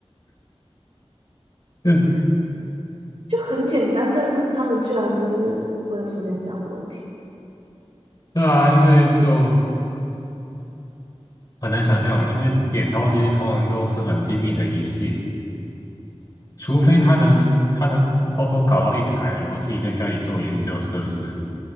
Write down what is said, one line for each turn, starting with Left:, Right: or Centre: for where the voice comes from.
Left: 就是
Right: 就很简单，但是他们居然就是会有出现这样的问题。
Left: 对啊，因为就很难想象，因为点钞机通常都是很精密的仪器，除非他能他能偷偷搞到一台，然后自己在家里做研究测试，